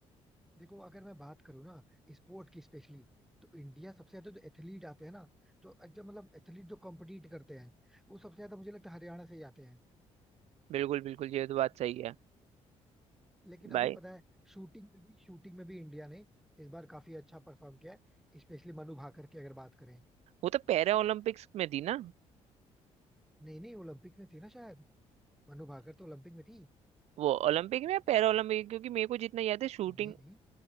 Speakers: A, in the centre; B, on the right (about 65°).
A: देखो अगर मैं बात करूँ ना स्पोर्ट की स्पेशली तो इंडिया सबसे ज्यादा जो एथलीट आते हैं ना जो एकदम मतलब एथलीट जो कॉम्पिटिट करते हैं वो सबसे ज्यादा मुझे लगता है हरियाणा से ही आते हैं
B: बिल्कुल बिल्कुल ये तो बात सही है
A: लेकिन अभी
B: भाई
A: पता है शूटिंग में भी शूटिंग में भी इंडिया ने इस बार काफी अच्छा परफॉर्म किया है स्पेशली मनु भाकर की अगर बात करें
B: वो तो पैरा ओलंपिक्स में थी ना
A: नहीं नहीं ओलंपिक में थी ना शायद मनु भाकर तो ओलंपिक में थी
B: वो ओलंपिक में या पैरालंपिक क्योंकि मेरे को जितना याद है शूटिंग
A: नहीं नहीं